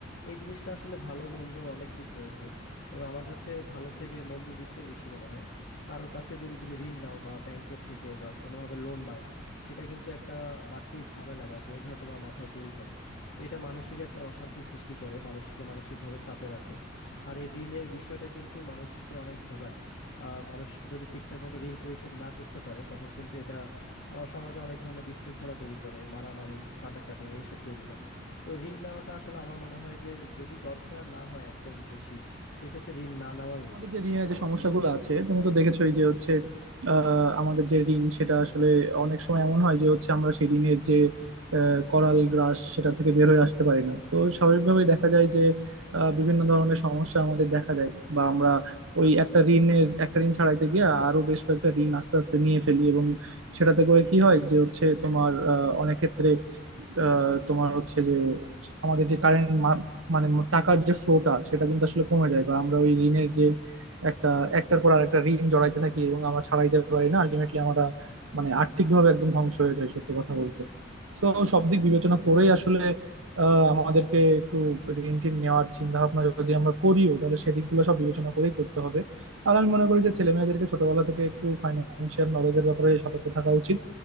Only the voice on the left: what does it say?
এই জিনিসটা আসলে ভালো মন্দ অনেক দিক রয়েছে তবে আমার কাছে ভালো থেকে মন্দ দিকটাই বেশি মনে হয় কারো কাছে যদি তুমি ঋণ নাও বা ব্যাংকের থেকে বা কোনোভাবে লোন নাও সেটা কিন্তু একটা বাড়তি ঝামেলা বা বোঝা তোমার মাথায় তৈরি করে তো এটা মানসিক একটা অশান্তি সৃষ্টি করে মানুষকে মানসিকভাবে চাপে রাখে আর এই ঋণের বিষয়টা কিন্তু মানুষকে অনেক ভোগায় আহ, মানুষ যদি ঠিকঠাক মতো ঋণ পরিশোধ না করতে পারে তখন কিন্তু এটা আহ, সমাজে অনেক ধরনের বিশৃঙ্খলা তৈরি করে মারামারি কাটাকাটি এইসব তৈরি হয় তো ঋণ নেওয়াটা আসলে আমার মনে হয় যে যদি দরকার না হয় একদম বেশি সেক্ষেত্রে ঋণ না নেওয়াই
উচিত
তোমার
কি মনে হয়
এখানে